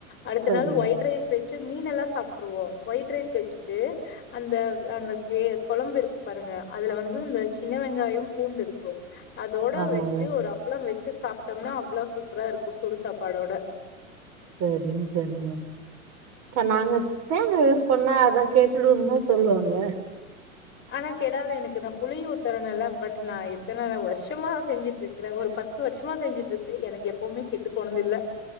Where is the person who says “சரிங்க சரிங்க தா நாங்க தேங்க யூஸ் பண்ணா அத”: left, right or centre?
Right